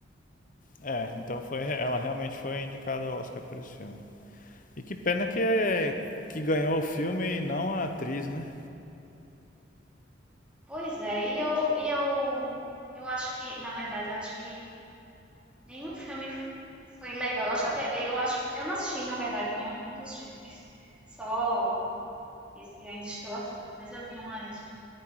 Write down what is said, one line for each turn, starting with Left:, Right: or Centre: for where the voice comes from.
Left: É, então foi, ela realmente foi indicada ao Oscar por esse filme. E que pena que, é, que ganhou o filme e não a atriz, né?
Centre: Pois é, e eu, e eu, eu acho que, na verdade, eu acho que nenhum filme foi legal. Eu acho que eu, acho que, eu não assisti, na verdade, nenhum dos filmes. Só esse Ainda Estou Aqui, né? Mas eu vi umas,